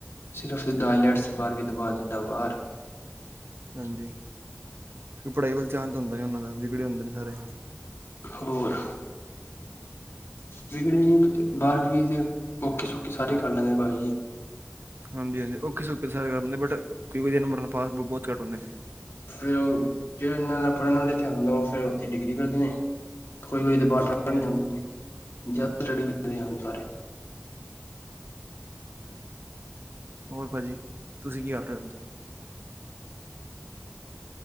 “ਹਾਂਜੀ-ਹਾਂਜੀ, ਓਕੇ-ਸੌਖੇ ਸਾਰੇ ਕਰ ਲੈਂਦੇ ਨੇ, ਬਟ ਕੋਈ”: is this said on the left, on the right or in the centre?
Right